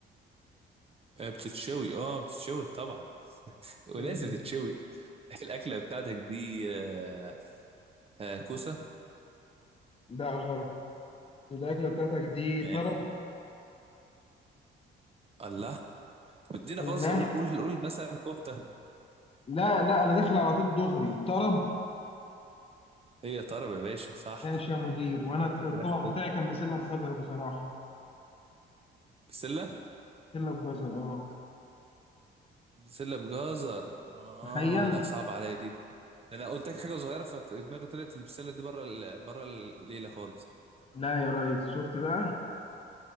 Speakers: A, on the right; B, on the left.
A: آه، بتتشوي اه بتتشوي طبعا ولازم
B: مم.
A: تتشوي <laughs> الاكلة بتاعتك دي آه، آه، كوسة
B: لا غلط الأكلة بتاعتك دي
A: ماشي
B: طرب
A: الله طب ادينا
B: النهر
A: فرصة قول قول قول مثلا كفتة
B: لا لا أنا داخل على طول دغري طرب
A: هي طرب يا باشا صح
B: ماشي يا مدير وانا الطبق
A: انت داخل
B: بتاعي كان بسله بجزر بصراحه
A: بسلة
B: بسله بجزر اه
A: بسلة بجزر اه
B: تخيل
A: لا صعب عليا دي ده انا قلت لك حاجه صغيره ففي دماغي طلعت البسله دي بره ال- بره الليله خالص
B: لا يا ريس شفت بقى